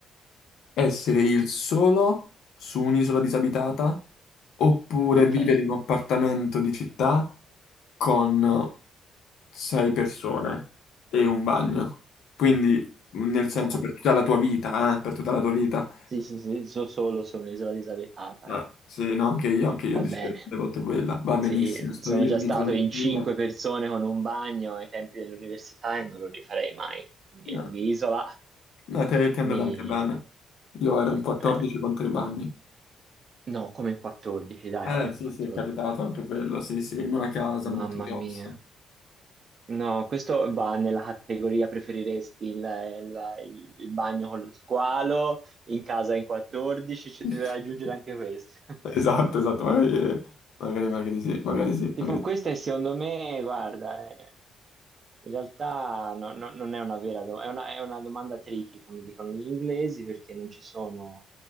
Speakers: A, on the left; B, on the right.
A: Essere il solo su un'isola disabitata oppure
B: Ok,
A: vivere in un appartamento di città con sei persone e un bagno. Quindi, nel senso,
B: no, no.
A: per tutta la tua vita, eh, per tutta la tua vita.
B: Sì, sì, sì, so solo su un'isola disabitata.
A: Ah,
B: eh.
A: sì, no, anche io, anche io
B: Va
A: deciderei
B: bene.
A: delle volte quella. Va benissimo,
B: Sì,
A: sto
B: sono
A: io
B: già
A: in mezzo
B: stato
A: alla
B: in
A: natura.
B: cinque persone con un bagno ai tempi dell'università e non lo rifarei mai. Quindi
A: No,
B: L'isola
A: no, te- ti è andata
B: mi...
A: anche bene. Io ero in 14
B: eh,
A: contro i bagni.
B: no, come in 14, dai,
A: Eh,
B: come in
A: sì,
B: 14.
A: sì, è capitato anche quello, sì, sì, in una casa molto
B: Mamma
A: grossa.
B: mia. No, questo va nella categoria preferiresti il, il- il- il bagno con lo squalo, in casa in 14, ci
A: <laughs>
B: deve aggiungere anche questo. <laughs>
A: Esatto, esatto, magari, magari, magari sì, magari sì,
B: Tipo,
A: magari sì.
B: questa è secondo me, guarda, eh, in realtà no- no- non è una vera domanda, è una, è una domanda tricky, come dicono gli inglesi, perché non ci sono,